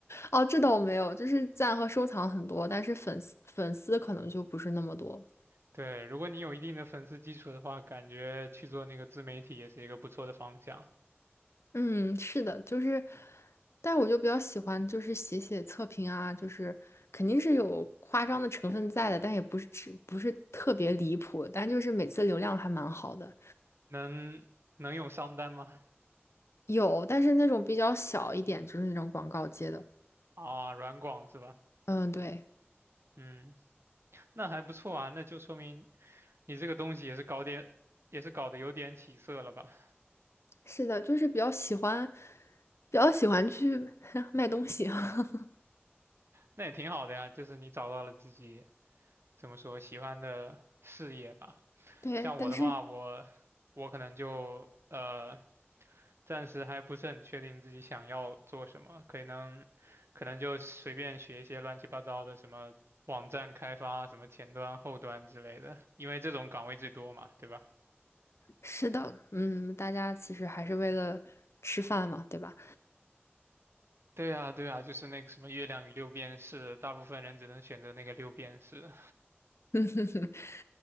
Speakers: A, on the left (about 85°); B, on the right (about 70°).
A: 哦，这倒没有，就是赞和收藏很多，但是粉丝粉丝可能就不是那么多。
B: 对，如果你有一定的粉丝基础的话，感觉去做那个自媒体也是一个不错的方向。
A: 嗯，是的，就是，但是我就比较喜欢，就是写写测评啊，就是肯定是有夸张的成分在的，但也不是只不是特别离谱，但就是每次流量还蛮好的，
B: 能能有商单吗？
A: 有，但是那种比较小一点，就是那种广告接的，
B: 啊，软广是吧？
A: 嗯，对，
B: 嗯，那还不错啊，那就说明你这个东西也是搞点，也是搞得有点起色了吧？
A: 是的，就是比较喜欢，比较喜欢去 <laughs> 卖东西，<laughs>
B: 那也挺好的呀，就是你找到了自己怎么说喜欢的事业吧。
A: 对，
B: 像我的话，
A: 但是
B: 我我可能就呃，暂时还不是很确定自己想要做什么，可能可能就随便学一些乱七八糟的什么网站开发、什么前端、后端之类的，因为这种岗位最多嘛，对吧？
A: 是的，嗯，大家其实还是为了吃饭嘛，对吧？
B: 对啊，对啊，就是那个什么月亮与六便士，大部分人只能选择那个六便士。
A: <laughs>